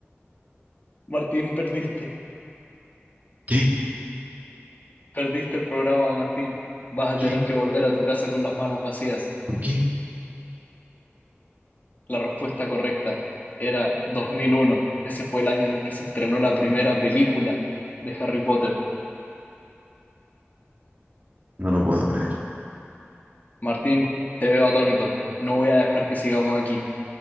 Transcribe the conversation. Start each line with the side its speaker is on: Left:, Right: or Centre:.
Left: Martín, perdiste.
Right: ¿Qué?
Left: Perdiste el programa, Martín. Vas a
Right: ¿Qué?
Left: tener que volver a tu casa con las manos vacías.
Right: ¿Por qué?
Left: La respuesta correcta era 2001 Ese fue el año en el que se estrenó la primera película de Harry Potter.
Right: No lo puedo creer.
Left: Martín, te veo atónito. No voy a dejar que sigamos aquí.